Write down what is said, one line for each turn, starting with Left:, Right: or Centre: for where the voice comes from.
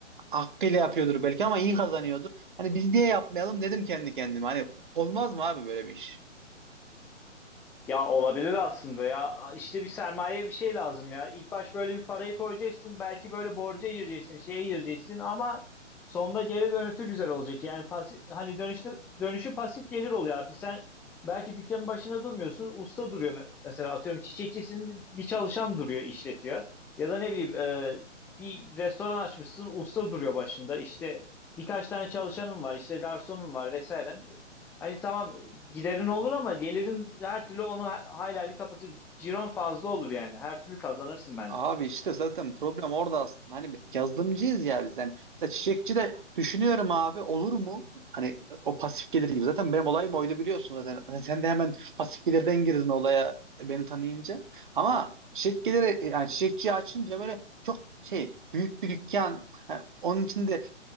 Right: hakkıyla yapıyordur belki ama iyi kazanıyordur. Hani biz niye yapmayalım dedim kendi kendime. Hani olmaz mı abi böyle bir iş?
Centre: Ya olabilir aslında ya. İşte bir sermaye bir şey lazım ya. İlk baş böyle bir parayı koyacaksın. Belki böyle borca gireceksin, şeye gireceksin ama sonunda geri dönüşü güzel olacak. Yani pasif, hani dönüşü, dönüşü pasif gelir oluyor artık. Sen belki dükkanın başında durmuyorsun. Usta duruyor me- mesela atıyorum çiçekçisinin bir bir çalışan duruyor, işletiyor. Ya da ne bileyim e, bir restoran açmışsın. Usta duruyor başında. İşte birkaç tane çalışanın var, işte garsonun var vesaire. Hani tamam giderin olur ama gelirin her türlü onu hayli hayli kapatır. Ciron fazla olur yani. Her türlü kazanırsın bence.
Right: Abi işte zaten problem orada aslında. Hani yazılımcıyız ya biz. Yani mesela çiçekçi de düşünüyorum abi olur mu? Hani o pasif gelir gibi. Zaten benim olayım oydu biliyorsun zaten. <laughs> Hani Sen de hemen pasif gelirden girdin olaya e, beni tanıyınca. Ama çiçek geliri e, yani çiçekçiyi açınca böyle çok şey büyük bir dükkan. Ha, onun içinde